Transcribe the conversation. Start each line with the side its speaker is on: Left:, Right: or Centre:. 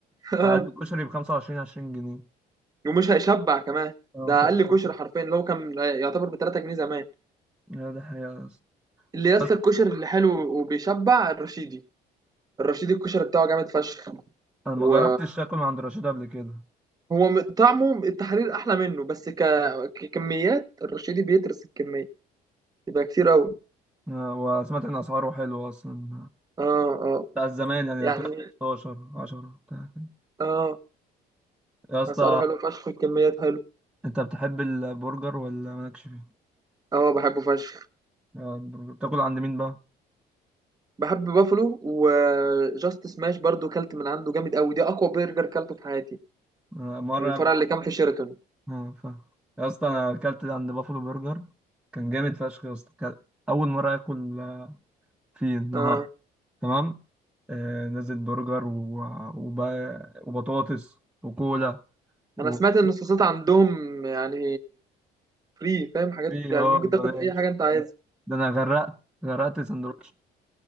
Right: اه
Centre: أقل كشري بخمسة وعشرين عشرين جنيه
Right: ومش هيشبع كمان
Centre: أنا
Right: ده
Centre: مش هشتغل
Right: اقل كشري حرفيا اللي هو كان يعتبر ب 3 جنيه زمان
Centre: لا ده حقيقة يا اسطى
Right: اللي يا اسطى
Centre: بس
Right: الكشري اللي حلو وبيشبع الرشيدي الرشيدي الكشري بتاعه جامد فشخ
Centre: أنا ما
Right: و...
Centre: جربتش آكل من عند رشيد قبل كده
Right: هو م- طعمه التحرير احلى منه بس ك... ككميات الرشيدي بيترس الكميه يبقى كتير قوي
Centre: آه، وسمعت إن أسعاره حلوة أصلا
Right: اه اه
Centre: بتاع زمان يعني
Right: يعني
Centre: هتلاقي 16 10 بتاع كده
Right: اه
Centre: يا اسطى
Right: اسعاره حلو فشخ الكميات حلو
Centre: أنت بتحب البرجر ولا مالكش فيه؟
Right: اه بحبه فشخ
Centre: آه، البرجر بتاكل عند مين بقى؟
Right: بحب بافلو وجاست سماش برضو كلت من عنده جامد قوي دي اقوى برجر كلته في حياتي
Centre: آه، مرة
Right: من الفرع
Centre: قبل
Right: اللي كان في شيراتون
Centre: اه فاهم يا اسطى أنا أكلت عند بافلو برجر كان جامد فشخ يا اسطى كان أول مرة آكل فيه النهاردة
Right: اه
Centre: تمام آه نزل برجر و... وبقى... وبطاطس وكولا و
Right: انا سمعت ان الصوصات عندهم يعني فري فاهم حاجات
Centre: إيه،
Right: يعني
Centre: اه
Right: ممكن
Centre: بلاش
Right: تاخد اي حاجه انت عايزها
Centre: ده انا غرقت غرقت سندوتش